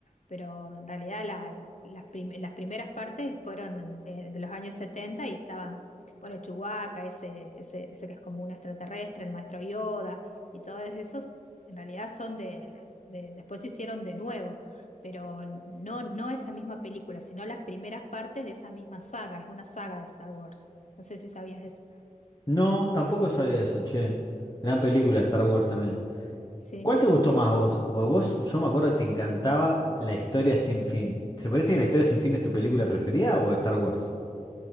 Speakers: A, on the left; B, on the left.
A: Pero en realidad la- las, prim- las primeras partes fueron eh, de los años 70 y estaban, bueno, Chewbacca, ese, ese, ese que es como un extraterrestre, el maestro Yoda y todos esos, en realidad son de, de- después se hicieron de nuevo pero no, no esa misma película, sino las primeras partes de esa misma saga. Es una saga de Star Wars. No sé si sabías eso.
B: No, tampoco sabía eso, che. Gran película Star Wars también.
A: Sí.
B: ¿Cuál te gustó más vos? Porque vos, yo me acuerdo que te encantaba La Historia Sin Fin. ¿Se parece que La Historia Sin Fin es tu película preferida o Star Wars?